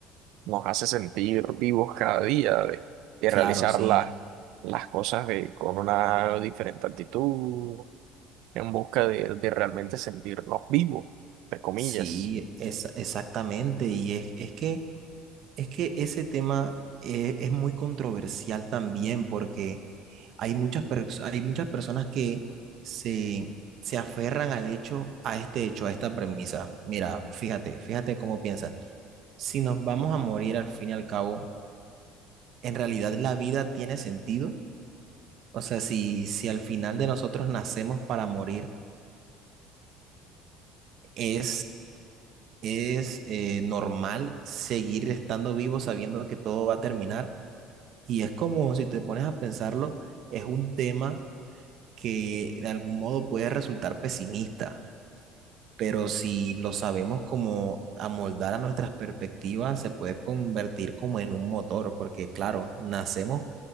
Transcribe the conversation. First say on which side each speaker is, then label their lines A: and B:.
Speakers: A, on the right; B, on the right.
A: nos hace sentir vivos cada día, de, de
B: claro,
A: realizar
B: sí.
A: las las cosas de, con una diferente actitud, en busca de, de realmente sentirnos vivos, entre comillas.
B: Sí, es, exactamente. Y es, es que, es que ese tema eh, es muy controversial también porque hay muchas, pers- hay muchas personas que se, se aferran al hecho, a este hecho, a esta premisa. Mira, fíjate, fíjate cómo piensan. Si nos vamos a morir al fin y al cabo, ¿en realidad la vida tiene sentido? O sea, si, si al final de nosotros nacemos para morir, eh, es eh, normal seguir estando vivo sabiendo que todo va a terminar. Y es como, si te pones a pensarlo, es un tema que de algún modo puede resultar pesimista, pero si lo sabemos como amoldar a nuestras perspectivas, se puede convertir como en un motor, porque claro, nacemos,